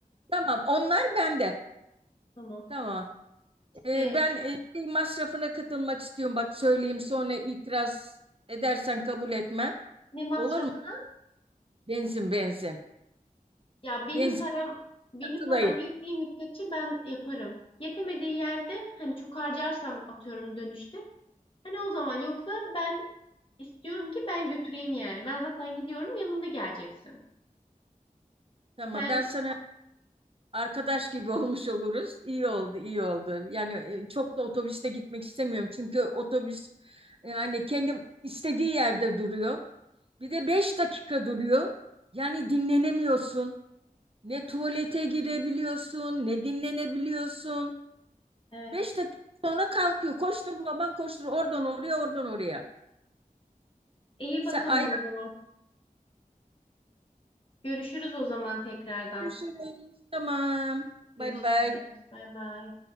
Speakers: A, on the right; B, on the left.
A: Tamam, onlar bende.
B: <laughs> Tamam.
A: Tamam.
B: İşte
A: E, ben e, şey masrafına katılmak istiyorum. Bak söyleyeyim sonra itiraz edersen kabul etmem.
B: ne masrafı
A: Olur mu? Benzin, benzin.
B: Ya benim
A: Benzin
B: param benim
A: Katılayım.
B: param yettiği müddetçe ben yaparım. Yetemediği yerde hani çok harcarsam atıyorum dönüşte. Hani o zaman yoksa ben istiyorum ki ben götüreyim yani. Ben zaten gidiyorum yanımda geleceksin.
A: Tamam
B: Sen
A: ben sana arkadaş gibi <laughs> olmuş oluruz. İyi oldu, iyi oldu. Yani e, çok da otobüste gitmek istemiyorum. Çünkü otobüs yani kendi istediği yerde duruyor. Bir de beş dakika duruyor. Yani dinlenemiyorsun. Ne tuvalete girebiliyorsun, ne dinlenebiliyorsun.
B: Evet.
A: Beş dakika sonra kalkıyor. Koştur babam koştur. Oradan oraya, oradan oraya.
B: iyi
A: Sen
B: bakalım
A: ayrı
B: o zaman. Görüşürüz o zaman tekrardan.
A: düşünün. Tamam. Bay
B: Görüşürüz.
A: bay.
B: Bay bay.